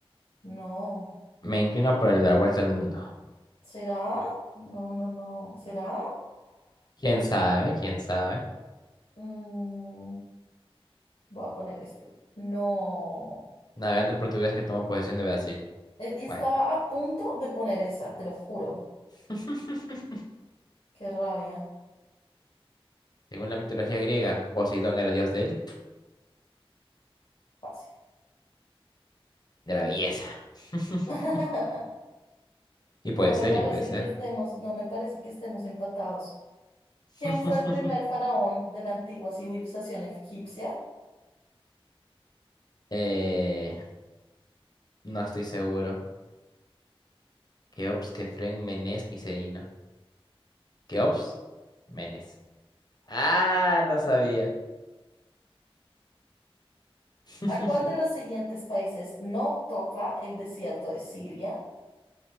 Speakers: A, on the left (about 75°); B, on the left (about 45°).
A: No,
B: me inclino por la vuelta al mundo.
A: ¿será? No, no, no, ¿será?
B: ¿Quién sabe? ¿Quién sabe?
A: Mm, voy a poner este. No.
B: Navegante portugués que tomó posesión de Brasil.
A: Eh, Y estaba
B: Bueno.
A: a punto de poner esa, te lo juro.
B: <laughs>
A: Qué rabia.
B: Según la mitología griega, Poseidón era dios del
A: Fácil.
B: de la belleza. <laughs>
A: <laughs>
B: Y puede
A: No me
B: ser,
A: parece
B: y puede ser.
A: que estemos, no me parece que estemos empatados. ¿Quién
B: <laughs>
A: fue el primer faraón de la antigua civilización egipcia?
B: Eh, No estoy seguro. Keops, Kefren, Menes, Micerino. Keops, Menes. Ah, no sabía. <laughs>
A: ¿A cuál de los siguientes países no toca el desierto de Siria?